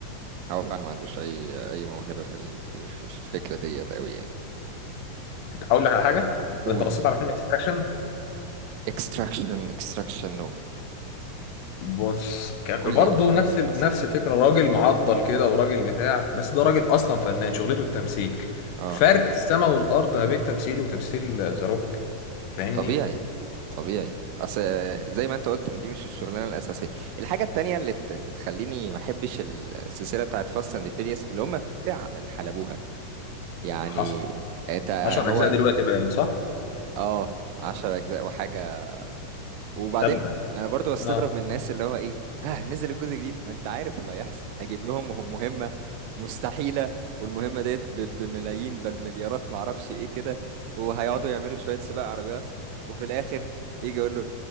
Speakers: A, on the right; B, on the left.
A: هو فعلا ما عندوش أي أي موهبة في ال- في الفكرة ديت أوي يعني
B: اقول لك على حاجه
A: قول
B: انت بصيت على فيلم اكستراكشن
A: اكستراكشن اكستراكشن نو
B: بص كان
A: قول
B: برضه
A: لي
B: نفس
A: القسم
B: ال... نفس الفكره راجل معضل كده وراجل بتاع بس ده راجل اصلا فنان شغلته التمثيل
A: اه
B: فرق السما والارض ما بين تمثيله وتمثيل ذا روك فاهمني
A: طبيعي طبيعي اصل زي ما انت قلت من دي مش الشغلانه الاساسيه الحاجه التانية اللي, ت... اللي تخليني ما احبش السلسله بتاعت فاست اند فيريوس اللي هم فعلا حلبوها يعني
B: حصل
A: انت
B: 10
A: هو
B: اجزاء دلوقتي باين صح
A: اه 10 اجزاء وحاجه وبعدين
B: تبا
A: انا برضو بستغرب
B: اه
A: من الناس اللي هو ايه ها نزل الجزء الجديد ما انت عارف اللي هيحصل هجيب لهم مهم- مهمة مستحيلة والمهمة ديت ب- بملايين بل مليارات معرفش ايه كده وهيقعدوا يعملوا شوية سباق عربيات وفي الاخر يجي يقول له